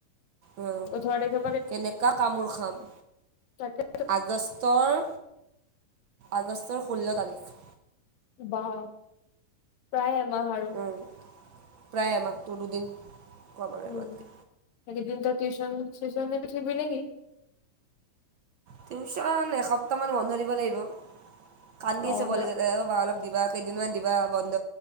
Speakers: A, on the right; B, on the left.
A: অ
B: ওঠৰ তাৰিখৰ
A: কেনেকা কামোৰ খাম।
B: তাকে।
A: আগষ্টৰ, আগষ্টৰ ষোল্ল তাৰিখ।
B: বাহ। প্ৰায় এমাহ আৰু।
A: উম প্ৰায় এমাহ, তোৰ দুদিন। কম আৰু
B: উম,
A: এমাহতকে
B: সেইকেইদিন তই টিউচন চিউচন <unintelligible> নেকি?
A: টিউচন এসপ্তাহমান বন্ধ দিব লাগিব। কান্দি
B: অ
A: আছে পোৱালিকিতাই
B: সিহ
A: অ' বা অলপ দিবা, কেইদিনমান দিবা বন্ধ।